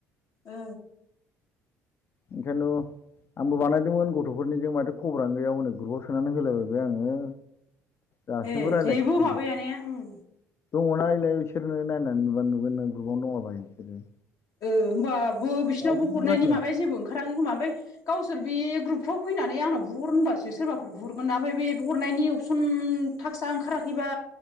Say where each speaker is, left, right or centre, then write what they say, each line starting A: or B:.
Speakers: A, on the left; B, on the left.
A: ओ
B: ओंखायनोथ' आंबो बानायदोंमोन गथ'फोरनिजों माथो खबरानो गैया हनै ग्रुपआव सोनानै होलायबायबाय आङो दासिमबो
A: ए
B: रायलायाखै
A: जेबो माबाया
B: माथो
A: ने उम
B: दङना यैलाय बिसोरनो नायनानै नुबा नुगोन नों ग्रुपबावनो दङ बाह बिसोरो
A: ओ होनोमबाबो बिसिनावबो
B: रावबो
A: हरनायनि
B: रायलाया
A: माबाया जेबो ओंखाराखै खोमा ओमफ्राय गावसोर बे ग्रुपफ्राव फैनानै आं बुहर होनबासो सोरबाफोर बुहरगोना ओमफ्राय बे हरनायनि अपसन थाखसा ओंखाराखै फैबा